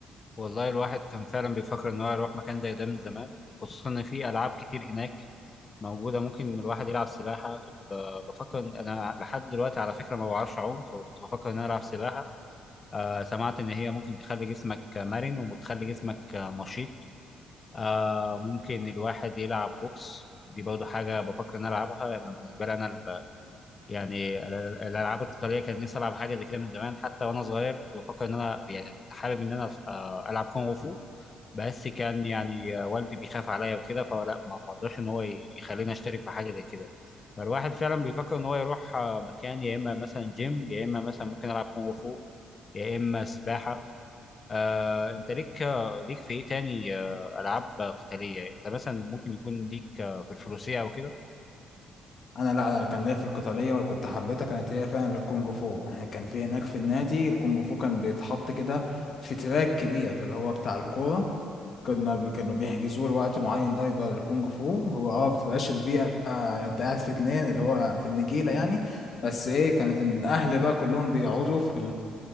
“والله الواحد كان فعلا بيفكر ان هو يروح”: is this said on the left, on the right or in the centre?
Left